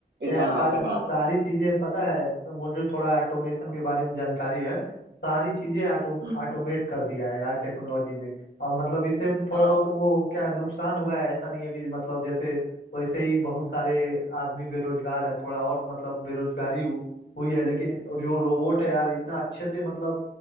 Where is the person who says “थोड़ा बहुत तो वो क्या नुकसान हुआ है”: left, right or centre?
Left